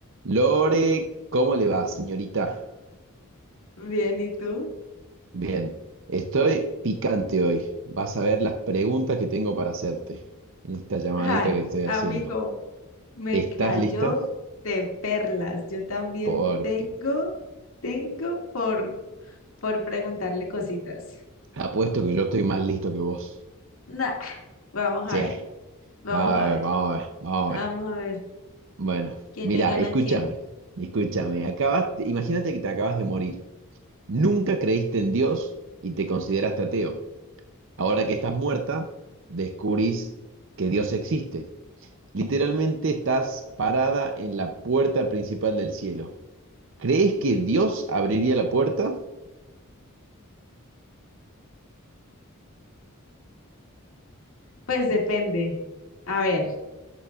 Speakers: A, on the right; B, on the left.
A: Lore, ¿cómo le va, señorita?
B: Bien, ¿y tú?
A: Bien, estoy picante hoy. Vas a ver las preguntas que tengo para hacerte en esta llamadita
B: Ay,
A: que estoy haciendo.
B: amigo, me
A: ¿Estás
B: cayó
A: lista?
B: de perlas. Yo también
A: Porque
B: tengo, tengo por, por preguntarle cositas.
A: apuesto que yo estoy más listo que vos.
B: Nah, vamos
A: Sí,
B: a ver, vamos
A: a
B: a
A: ver,
B: ver,
A: vamos a ver, vamos
B: vamos
A: a ver.
B: a ver.
A: Bueno,
B: ¿Quién
A: mira,
B: le gana
A: escúchame,
B: a quién?
A: escúchame. Acabas, imagínate que te acabas de morir. Nunca creíste en Dios y te consideraste ateo. Ahora que estás muerta, descubrís que Dios existe. Literalmente estás parada en la puerta principal del cielo. ¿Crees que Dios abriría la puerta?
B: Pues depende. A ver,